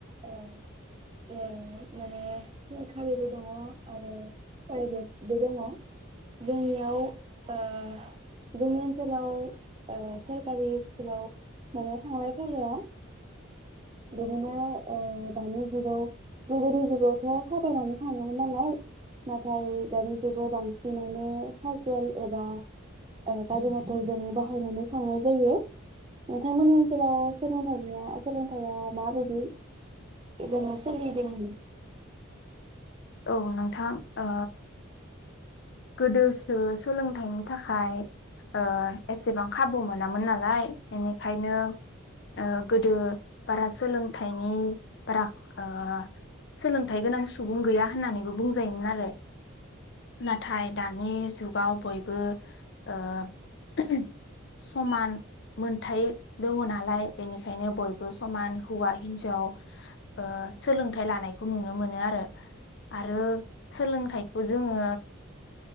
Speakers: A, on the right; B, on the left.
A: ओ ओ माने सरखारिबो दंङ आरो प्राइभेटबो दंङ जोंनियाव ओ जोंनि ओनसोलाव ओ सोर कारि स्कुलाव माने थांलाय फैलायाव बिदिनो ओ दानि जुगाव गोदोनि जुगावथ' थाबायनानै थांङोमोन नालाय नाथाय दानि जुगाव बांसिनानो साइकेल एबा ओ गारि मटरजों बाहायनानै थांनाय जायो नोंथांमोननि ओनसोलाव सोलोंथाइनिया सोलोंथाइ थाया माबायदि इदिनो सोलिदोंमोननो
B: औ नोंथां ओ गोदोसो सोलोंथाइनि थाखाय ओ एसेबां खाबु मोनामोन नालाय बेनिखायनो ओ गोदो बारा सोलोंथाइनि बारा ओ सोलोंथाइ गोनां सुबुं गैया होननानैबो बुंजायोमोन आरो नाथाय दानि जुगाव बयबो ओ उमह समान मोनथाय दंङ नालाय बेनिखायनो बयबो समान हौवा हिन्जाव ओ सोलोंथाइ लानायखौ नुनो मोनो आरो। आरो सोलोंथाइखौ जोंङो